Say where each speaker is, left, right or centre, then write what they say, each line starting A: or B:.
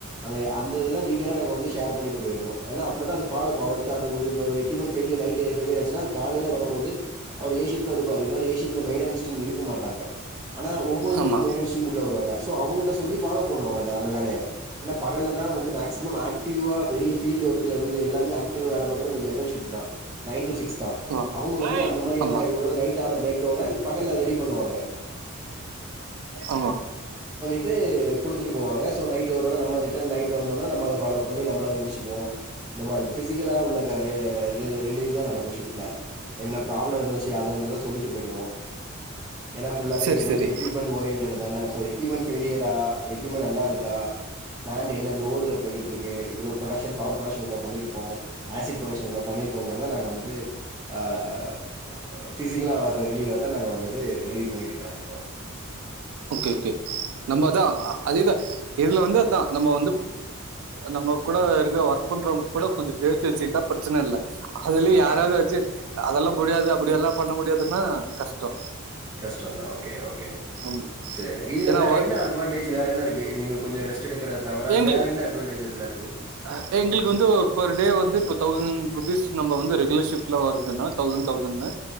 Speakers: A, on the right; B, on the right.
A: அந்த எ அந்த இதெல்லா டீடெய்லா நாங்க வந்து ஷேர் பண்ணிட்டு போயிர்ணு ஏனா அப்டிதா அந்த ஃபாலோ அப் அப்டிதா அந்த ஒரு ஒரு எக்யூப்மென்ட் ஃபெய்லியர் நைட்டு ஃபெய்லியர் ஆச்சுனா அது காலைல வரும்போது அவுரு ஏ ஷிஃப்ட்ல இருப்பாரு இருந்தாலு ஏ ஷிஃப்ட்ல மெய்ன்டனன்ஸ் டீம் இருக்க மாட்டாங்க ஆனா ஒம்போது மணிக்கு
B: ஆமா
A: மெய்ன்டனன்ஸ் டீம் உள்ள வருவாங்க சோ அவங்கிட்ட சொல்லி ஃபாலோ பண்ணுவாங்க அத அந்த வேலைய ஏனா பகல்ல தா வந்து மேக்சிமம் ஆக்டிவ்வா ஃபீல்டு ஒர்க்ல இருந்து எல்லாமே ஆக்டிவா வேல பாக்கறது இந்த ஜெனரல் ஷிஃப்ட் தா நைன் டூ சிக்ஸ் தா
B: ஆமா
A: அவுங்க வந்து அந்த மாரி ஏனா
B: ஆமா
A: ஒரு வேள நைட் ஆன பிரேக் டவுன பகல்ல ரெடி பண்ணுவாங்க
B: ஆமா
A: ட்டு குடுத்துட்டு போவாங்க சோ நைட் ஒரு வேள நம்ம ரிட்டன் நைட் வந்தோனா நம்ம அத ஃபாலோ பண்ணி நம்மள அத முடிச்சு ருவோ இந்த மார்ருக்கு ஃபிசிக்கலா உள்ள க ர ரி ரிலீவ் தா நடக்கு ஷிஃப்ட்ல என்ன ப்ராப் ள இருந்துச்சு அதங்கிறத சொல்லிட்டு போய்டுவோ ஏனா ஃபுல்லாவே
B: சரி
A: எங்களுக்கு
B: சரி
A: வந்து எக்யூப்மெண்டு ஓரியன்ட்டடு தான சோ எக்யூப்மெண் ஃபெலியரா எக்யூப்மெண் நல்லருக்கா ப்ளான்டு என்ன லோடுல போய்க்கிட்ருக்கு இவ்ளோ ப்ரொடக்ஷன் பவர் ப்ரொடக்ஷன் இவ்ளோ பண்ணிருக்கோ ஆசிட் ப்ரொடக்ஷன் இவ்ளோ பண்ணிருக்கோங்கறத நாங்க வந்துட்டு அ அ அ பிசிக்கலா வர்ற ரிலீவட்ட நாங்க வந்துட்டு ரிலீவ் பண்ணிட்டு கெளம்புவோ
B: ஓகே ஓகே நம்ப அதா அதேதா இதுல வந்து அதா நம்ம வந்து நம்ம கூட இருக்க ஒர்க் பண்றவங் கூட கொஞ்சு பேசி வச்சுக்கிட்டா ப்ரெச்சன இல்ல அதுலியு
A: ஓகே.
B: யாராவ்து வெச்சு அதெல்லா முடியாது அப்புடியெல்லா பண்ண முடியாதுன்னா கஷ்டோ
A: கஷ்டந்தா ஓகே ஓகே
B: ஆமா
A: செரி இதுல
B: ஏன்னா
A: வேற
B: ஒர்
A: என்ன அட்வான்டேஜ் வேற என்ன இருக்கு நீங்க கொஞ்சம் ரெஸ்ட் எடுக்கிறத தவிர
B: எங்கு
A: வேற என்ன அட்வான்டேஜஸ்லாம் இருக்கு?
B: அ எங்குளுக்கு வந்து ஒர் பெர் டே வந்து புத் தௌசண் ருபீஸ் நம்ப வந்து ரெகுலர் ஷிஃப்ட்ல வருதுன்னா தௌசண் தௌசண்னு